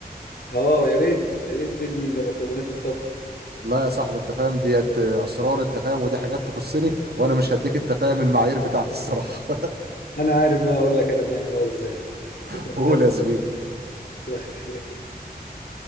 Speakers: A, on the left; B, on the right.
A: اه يا ريت يا ريت تفيدني بمكونات الطبخ
B: لا يا صاحبي انت فاهم ديت اسرار انت فاهم ودي حاجات تخصني وانا مش هديك انت فاهم المعايير بتاعت الصراحه
A: انا عارف بقى اقول لك انا بنعملها ازاي
B: <laughs>
A: كنت مختبر
B: قول يا زميلي
A: كنت بختبرك ايه